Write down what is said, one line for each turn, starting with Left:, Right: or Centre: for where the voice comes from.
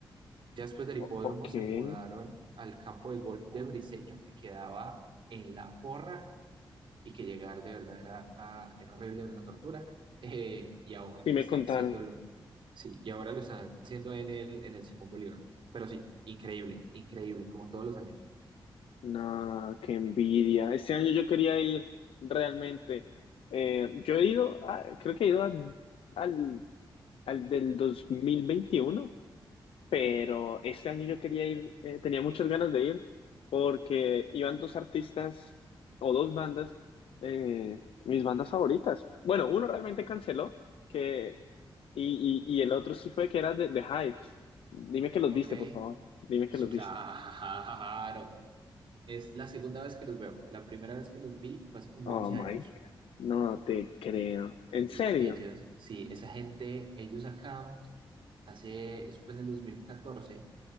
Right: ya después del hipódromo
Left: O- ok,
Right: se
Left: sí
Right: mudaron al campo de golf de Briseño, que quedaba en La Porra y que llegar de verdad era, era horrible, era una tortura. Eh, y ahora que
Left: me
Right: están
Left: contaron.
Right: haciéndolo, sí, y ahora lo están haciendo en el, en el Simón Bolívar. Pero sí, increíble, increíble, como todos los años.
Left: No, qué envidia. Este año yo quería ir realmente. Eh, yo he ido, a- creo que he ido a- al al del 2021, pero este año yo quería ir, eh, tenía muchas ganas de ir porque iban dos artistas o dos bandas, eh, mis bandas favoritas. Bueno, uno realmente canceló que, y, y, y el otro sí fue que era de, de Hives. Dime que los
Right: Ok,
Left: viste, por favor. Dime
Right: sí,
Left: que los
Right: claro.
Left: viste.
Right: Es la segunda vez que los veo. La primera vez que los vi fue hace como
Left: Oh
Right: 11
Left: my
Right: años.
Left: God. No te creo. ¿En
Right: Sí,
Left: serio?
Right: ellos, sí, esa gente, ellos acá. Hace, eso fue en el 2014,